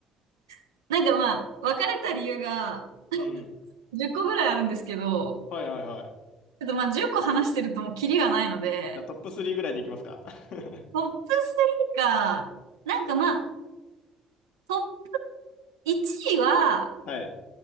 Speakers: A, on the right; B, on the left.
A: <laughs> なんかまあ、別れた理由が
B: うん。
A: 10個ぐらいあるんですけど、
B: はいはいはい。じ
A: ちょっとまあ10個話してるともうキリがないので、
B: ゃあトップ3ぐらいでいきますか <laughs>
A: トップ3か、なんかまあ、トッ1位は、
B: はい。